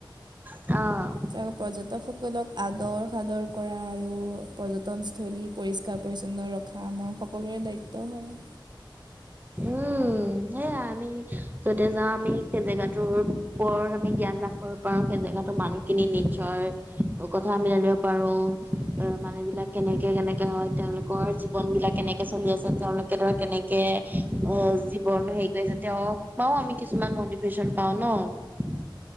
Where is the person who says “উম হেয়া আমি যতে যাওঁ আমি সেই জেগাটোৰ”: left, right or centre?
Right